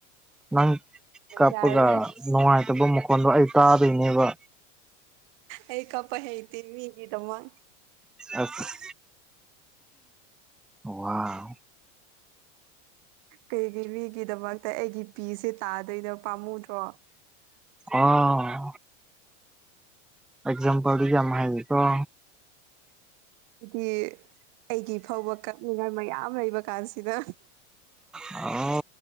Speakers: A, in the centre; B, on the right (about 40°).
A: ꯅꯪ ꯀꯥꯞꯄꯒ
B: ꯌꯥꯔꯔꯣꯏ
A: ꯅꯨꯡꯉꯥꯏꯇꯕ ꯃꯈꯣꯟꯗꯣ ꯑꯩ ꯀꯥꯗꯣꯏꯅꯦꯕ
B: ꯑꯩ ꯀꯄ ꯍꯩꯇꯦ ꯃꯤꯒꯤꯗꯃꯛ
A: ꯑꯁ ꯋꯥꯎ
B: ꯀꯩꯒꯤ ꯃꯤꯒꯤꯗꯃꯛꯇ ꯑꯩꯒꯤ ꯄꯤꯁꯦ ꯇꯥꯗꯣꯏꯗꯣ ꯄꯥꯝꯃꯨꯗ꯭ꯔꯣ
A: ꯑꯥ ꯑꯦꯛꯖꯥꯝꯄꯜꯗꯗꯤ ꯌꯥꯝ ꯍꯩꯀꯣ
B: ꯗꯤ ꯑꯩꯒꯤ ꯐꯥꯎꯕ ꯀꯠꯅꯤꯡꯉꯥꯏ ꯃꯌꯥꯝ ꯂꯩꯕ ꯀꯥꯟꯁꯤꯗ
A: ꯑ